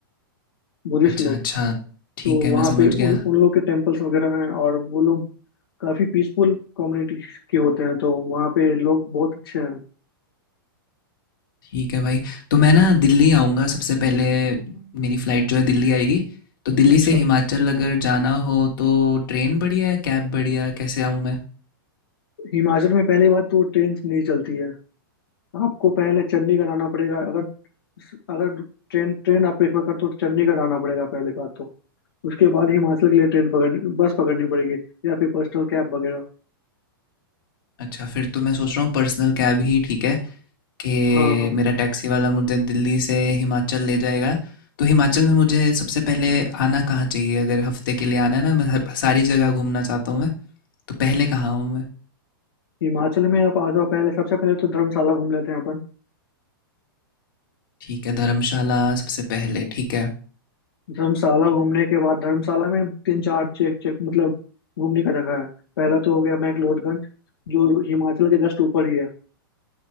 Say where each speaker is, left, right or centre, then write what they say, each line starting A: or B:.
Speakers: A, on the left; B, on the left.
A: बुद्धिस्ट
B: अच्छा,
A: लोग
B: अच्छा। ठीक
A: तो
B: है,
A: वहाँ
B: मैं समझ
A: पे
B: गया।
A: उन उन लोग के टेम्पल्स वगैरह हैं और वो लोग काफी पीसफुल कम्युनिटी के होते हैं तो वहाँ पे लोग बहुत अच्छे हैं
B: ठीक है भाई, तो मैं ना दिल्ली आऊँगा सबसे पहले मेरी फ़्लाइट जो है दिल्ली आएगी, तो दिल्ली
A: अच्छा
B: से हिमाचल अगर जाना हो तो ट्रेन बढ़िया है, कैब बढ़िया है, कैसे आऊँ मैं?
A: हिमाचल में पहली बात तो ट्रेन नहीं चलती है आपको पहले चंडीगढ़ आना पड़ेगा अगर अगर ट्रेन ट्रेन आप प्रेफर करते हो तो चंडीगढ़ आना पड़ेगा पहले बात तो उसके बाद हिमाचल के लिए ट्रेन पकड़ बस पकड़नी पड़ेगी या फिर पर्सनल कैब वगैरह
B: अच्छा, फिर तो मैं सोच रहा हूँ पर्सनल कैब ही ठीक है कि
A: हाँ हाँ
B: मेरा टैक्सी वाला मुझे दिल्ली से हिमाचल ले जाएगा। तो हिमाचल में मुझे सबसे पहले आना कहाँ चाहिए? अगर हफ़्ते के लिए आना है ना, मैं हर सारी जगह घूमना चाहता हूँ मैं, तो पहले कहाँ आऊँ मैं?
A: हिमाचल में आप आ जाओ पहले सबसे पहले तो धर्मशाला घूम लेते हैं अपन
B: ठीक है, धर्मशाला सबसे पहले, ठीक है।
A: धर्मशाला घूमने के बाद धर्मशाला में तीन चार चेक चेक मतलब घूमने का जगह है पहला तो हो गया मैक्लोडगंज जो हिमाचल के जस्ट ऊपर ही है